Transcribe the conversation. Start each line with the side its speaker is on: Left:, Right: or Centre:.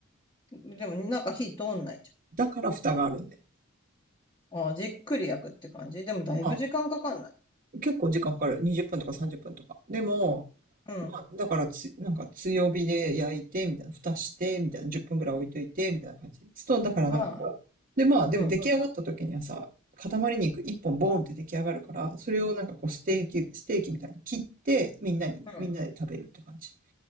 Left: でも、なんか火通んないじ
Right: う。だから蓋があるんだよ。
Left: ゃん。ああ、じっくり焼くって感じ。でも、だいぶ時間かかんない。
Right: まあ、結構時間かかる。20分とか30分とか。でも、
Left: うん。
Right: まあ、だからつ、なんか強火で焼いて、みたいな、蓋して、みたいな、10分ぐらい置いといて、みたいな感じ。そう、だからなんかこう。
Left: まあ、
Right: で、まあ、でも出来上がった時にはさ、
Left: うん、うん、
Right: 塊肉1本ボーンって出来上がるから、それをなんかこうステーキ、ステーキみたいに切って、みんなに、
Left: うん。
Right: みんなで食べるって感じ。